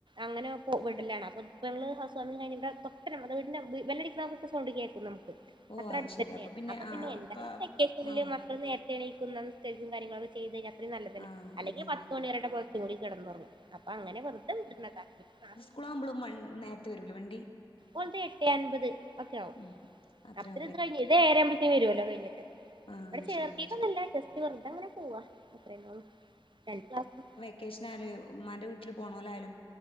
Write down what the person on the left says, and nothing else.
ഓ
അത്
ശരി
ആ
അപ്പ
ആ
ആ
അതെ അതെ
അതെ
കുളാവുമ്പളും വൺ നേർത്തെ വരൂലെ വണ്ടി.
ഉം അത്രയാവൂലേ
ആ
ശരി ശരി
ക്കേഷനായാലു ഉമ്മാൻ്റെ വീട്ടില് പോണോലായാലും.